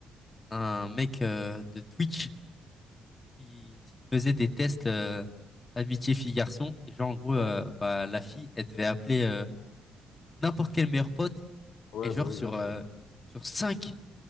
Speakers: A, on the left; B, on the left.
A: un mec euh, de Twitch qui faisait des tests euh, amitié fille-garçon. Et genre en gros,
B: Ouais.
A: euh, bah la fille, elle devait appeler euh, n'importe quel meilleur pote.
B: Ouais,
A: Et genre
B: bah oui,
A: sur,
B: là, c'est.
A: euh, sur cinq